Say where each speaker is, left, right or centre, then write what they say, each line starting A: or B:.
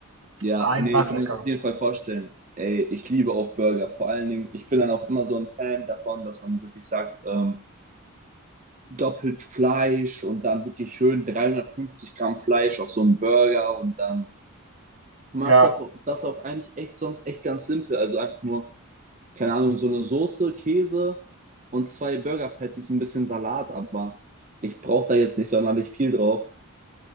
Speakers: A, on the right; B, on the right.
A: Ja,
B: Einfach
A: nee, ich
B: lecker.
A: kann mir das auf jeden Fall vorstellen. Ey, ich liebe auch Burger. Vor allen Dingen, ich bin dann auch immer so ein Fan davon, dass man wirklich sagt, ähm, doppelt Fleisch und dann wirklich schön 350 Gramm Fleisch auf so einen Burger und dann mache
B: Ja.
A: ich auch das auch eigentlich echt sonst echt ganz simpel. Also einfach nur, keine Ahnung, so eine Soße, Käse und zwei Burger Patties, ein bisschen Salat, aber ich brauche da jetzt nicht sonderlich viel drauf.